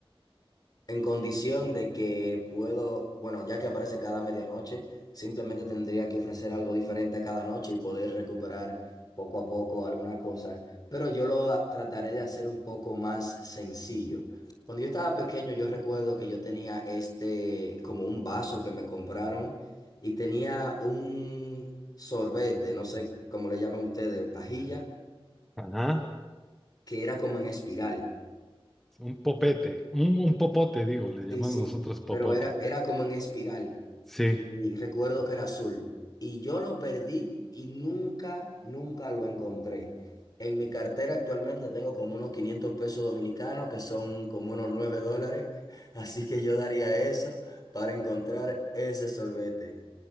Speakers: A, on the left; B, in the centre.
A: en condición de que puedo, bueno, ya que aparece cada medianoche, simplemente tendría que ofrecer algo diferente cada noche y poder recuperar poco a poco algunas cosas. Pero yo lo a- trataré de hacer un poco más sencillo. Cuando yo estaba pequeño, yo recuerdo que yo tenía este, como un vaso que me compraron y tenía un sorbete, no sé cómo le llaman ustedes, pajilla,
B: Ajá.
A: que era como en espiral.
B: Un popete, un, un popote, digo, le llamamos
A: Sí, sí,
B: nosotros popote.
A: pero era, era como en espiral.
B: Sí.
A: Y recuerdo que era azul. Y yo lo perdí y nunca, nunca lo encontré. En mi cartera actualmente tengo como unos 500 pesos dominicanos, que son como unos 9 dólares. <laughs> Así que yo daría eso para encontrar ese sorbete.